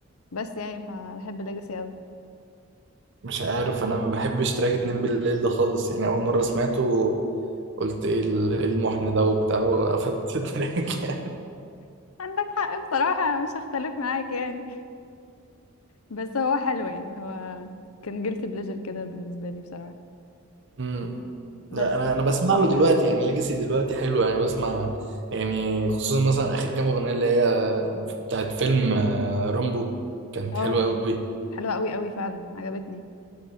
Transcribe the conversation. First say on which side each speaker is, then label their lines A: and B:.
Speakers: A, on the left (about 80°); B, on the right (about 55°).
A: بس يعني فبحب الليجاسي قوي
B: مش عارف انا ما بحبش تراك اتنين بالليل ده خالص يعني اول مره سمعته قلت ايه ال- إيه المحن ده وبتاع وقفلت <laughs> التراك يعني
A: عندك حق بصراحة أنا مش هختلف معاك يعني <laughs> بس هو حلو يعني هو كان جيلتي بليجر كده بالنسبة لي بصراحة
B: امم
A: بس
B: لا انا انا بسمع له دلوقتي يعني ليجاسي دلوقتي حلو يعني بسمع يعني خصوصا مثلا اخر كام اغنيه اللي هي بتاعت فيلم آه، رامبو كانت
A: اه
B: حلوه قوي
A: حلوة قوي قوي فعلا عجبتني